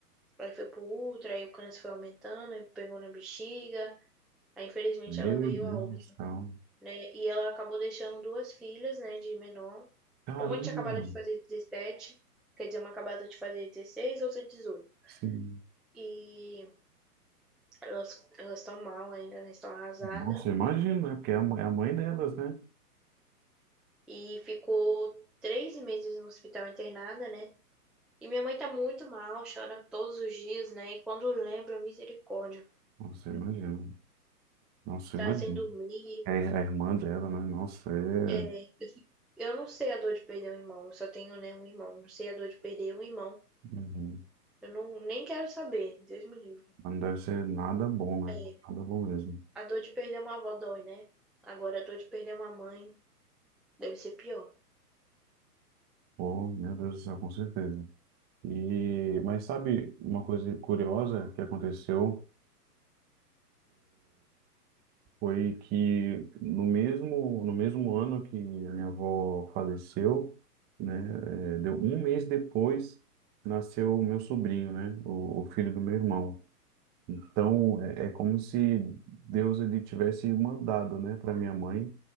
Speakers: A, in the centre; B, on the right.
A: aí foi pro útero aí o câncer foi aumentando, aí pegou na bexiga. Aí infelizmente
B: Meu
A: ela veio
B: Deus
A: a óbito,
B: do céu.
A: né? E ela acabou deixando duas filhas, né, de menor.
B: Caramba!
A: Uma tinha acabado de fazer 17, quer dizer, uma acabada de fazer 16, outra 18.
B: Sim.
A: e elas elas estão mal ainda, elas estão arrasadas.
B: Nossa, eu imagino, né? Porque é a, mãe- é a mãe delas, né?
A: E ficou três meses no hospital internada, né? E minha mãe tá muito mal, chora todos os dias, né? E quando lembra, misericórdia,
B: Nossa, eu imagino. Nossa,
A: tá
B: eu imagino.
A: sem dormir.
B: É a irmã dela, né? Nossa, é.
A: É, eu, fico- eu não sei a dor de perder um irmão, eu só tenho, né, um irmão. Não sei a dor de perder um irmão.
B: Uhum.
A: Eu não, nem quero saber, Deus me livre.
B: Não deve ser nada bom, né?
A: É,
B: Nada bom mesmo.
A: a dor de perder uma avó dói, né? Agora a dor de perder uma mãe deve ser pior.
B: Oh, meu Deus do céu, com certeza. E, mas sabe uma coisa curiosa que aconteceu foi que no mesmo, no mesmo ano que a minha avó faleceu, né? eh, Deu um mês depois nasceu o meu sobrinho, né? O, o filho do meu irmão. Então é, é como se Deus ele tivesse mandado, né, para minha mãe